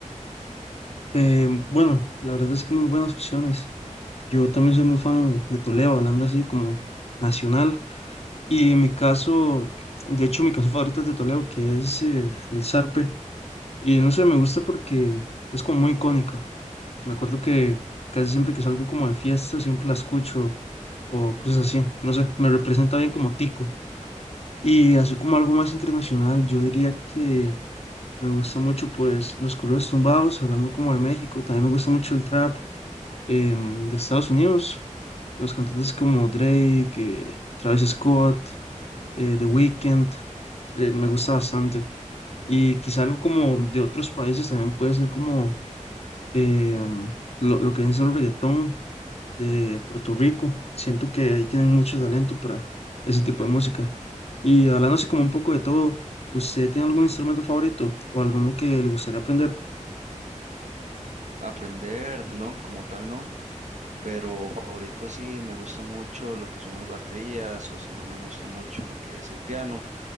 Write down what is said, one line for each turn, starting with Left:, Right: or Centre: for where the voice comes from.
Left: Eh, bueno, la verdad es que muy buenas opciones. Yo también soy muy fan de Toledo, hablando así como nacional. Y en mi caso, de hecho, mi canción favorita es de Toledo, que es eh, El Zarpe. Y no sé, me gusta porque es como muy icónica. Me acuerdo que casi siempre que salgo como de fiesta, siempre la escucho o cosas así. No sé, me representa bien como Tico. Y así como algo más internacional, yo diría que me gusta mucho pues los corridos tumbados, hablando como de México, también me gusta mucho el trap em, de Estados Unidos, los cantantes como Drake, eh, Travis Scott, eh, The Weeknd, eh, me gusta bastante. Y quizá algo como de otros países también puede ser como em, lo, lo que viene siendo el reggaetón de Puerto Rico. Siento que ahí tienen mucho talento para ese tipo de música. Y hablándose como un poco de todo, ¿usted tiene algún instrumento favorito o alguno que le gustaría aprender?
Right: Aprender, no, como tal no, pero favorito sí, me gusta mucho lo que son las baterías o si no me gusta mucho lo que es el piano.